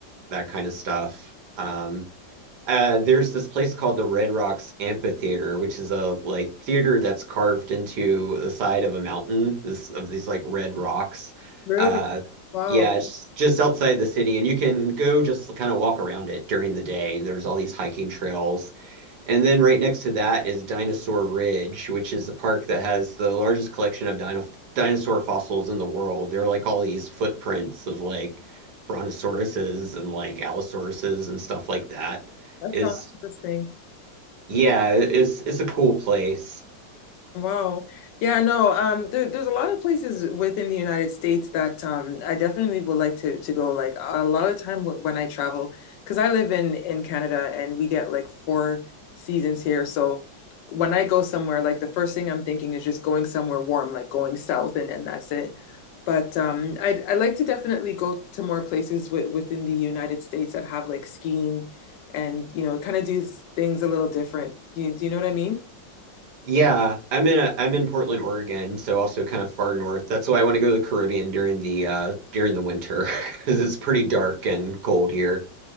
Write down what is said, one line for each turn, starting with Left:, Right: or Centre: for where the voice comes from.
Right: that kind of stuff. Um, Uh, there's this place called the Red Rocks Amphitheater, which is a like theater that's carved into the side of a mountain, this of these like red rocks.
Left: Really?
Right: Uh,
Left: Wow,
Right: yeah, it's just outside the city, and you can go just kind of walk around it during the day. There's all these hiking trails. And then right next to that is Dinosaur Ridge, which is the park that has the largest collection of dino dinosaur fossils in the world. There are like all these footprints of like brontosauruses and like allosauruses and stuff like that
Left: that
Right: is
Left: sounds interesting.
Right: yeah, it's it's a cool place.
Left: Wow. Yeah, no, um there, there's a lot of places within the United States that um I definitely would like to to go like a lot of the time wh- when I travel because I live in in Canada and we get like four seasons here. So when I go somewhere like the first thing I'm thinking is just going somewhere warm like going south and and that's it. But um I I like to definitely go to more places with, within the United States that have like skiing and you know kind of do s- things a little different. Do you, do you know what I mean?
Right: Yeah, I'm in a I'm in Portland, Oregon, so also kind of far north. That's why I want to go to the Caribbean during the uh during the winter <laughs> because it's pretty dark and cold here.